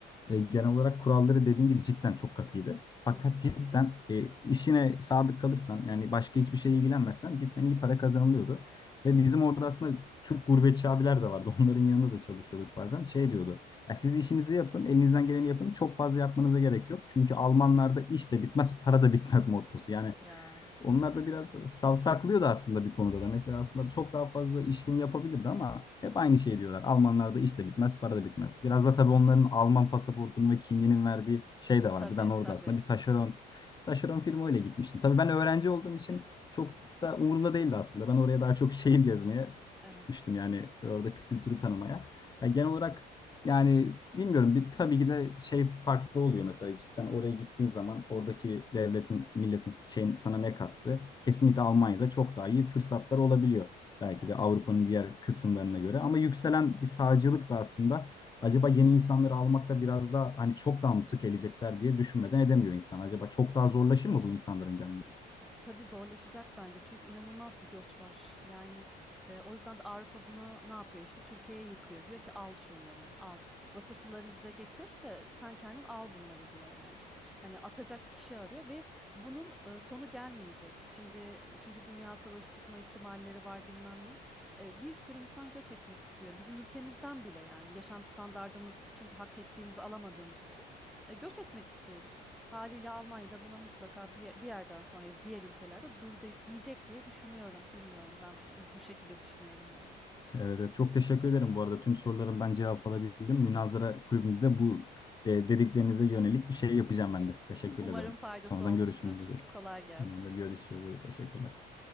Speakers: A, on the left (about 25°); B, in the centre.
A: E, Genel olarak kuralları dediğin gibi cidden çok katıydı. Fakat
B: Hı hı.
A: cidden e, işine sadık kalırsan yani başka hiçbir şeye ilgilenmezsen cidden iyi para kazanılıyordu. Ve bizim orada aslında Türk gurbetçi abiler de vardı. <laughs> Onların yanında da çalışıyorduk bazen. Şey diyordu. Ya siz işinizi yapın, elinizden geleni yapın. Çok fazla yapmanıza gerek yok. Çünkü Almanlarda iş de bitmez, para da bitmez mottosu. Yani
B: Ya
A: onlar
B: evet.
A: da biraz savsaklıyordu aslında bir konuda da. Mesela aslında çok daha fazla işini yapabilirdi ama hep aynı şey diyorlar. Almanlarda iş de bitmez, para da bitmez. Biraz da tabii onların Alman pasaportunun ve kimliğinin verdiği şey de vardı.
B: Tabii
A: Ben orada
B: tabii.
A: aslında bir taşeron taşeron firma öyle gitmiştim. Tabii ben öğrenci olduğum için çok da umurumda değildi aslında. Ben oraya daha çok <laughs> şehir gezmeye
B: Evet.
A: gitmiştim yani orada kültürü tanımaya. Yani genel olarak yani bilmiyorum bir tabii ki de şey farklı oluyor mesela cidden oraya gittiğin zaman oradaki devletin, milletin şeyin sana ne kattı? Kesinlikle Almanya'da çok daha iyi fırsatlar olabiliyor. Belki
B: Evet.
A: de Avrupa'nın diğer kısımlarına göre ama yükselen bir sağcılık da aslında acaba yeni insanları almakta biraz daha hani çok daha mı sık gelecekler diye düşünmeden edemiyor insan. Acaba çok daha zorlaşır mı bu insanların gelmesi?
B: tabii zorlaşacak bence çünkü inanılmaz bir göç var. Yani e, o yüzden de Avrupa buna ne yapıyor işte Türkiye'ye yıkıyor. Diyor ki al şunları al vasıflarını bize getir de sen kendin al bunları diyor yani. Hani atacak kişi arıyor ve bunun e, sonu gelmeyecek. Şimdi üçüncü Dünya Savaşı çıkma ihtimalleri var bilmem ne. E, bir sürü insan göç etmek istiyor bizim ülkemizden bile yani yaşam standardımız çünkü hak ettiğimizi alamadığımız için e, göç etmek istiyoruz. Haliyle Almanya'da buna mutlaka bir, bir yerden sonra diğer ülkelerde dur de- diyecek diye düşünüyorum. Bilmiyorum ben bu şekilde düşünüyorum yani.
A: Evet, evet. çok teşekkür ederim bu arada. Tüm soruların ben cevap alabildim. Münazara kulübünde de bu e, dediklerinize yönelik bir şey yapacağım ben de. Teşekkür
B: Umarım
A: ederim.
B: faydası
A: Sonradan
B: olmuştur.
A: görüşmek üzere.
B: Kolay gelsin.
A: Ondan görüşürüz. Teşekkürler.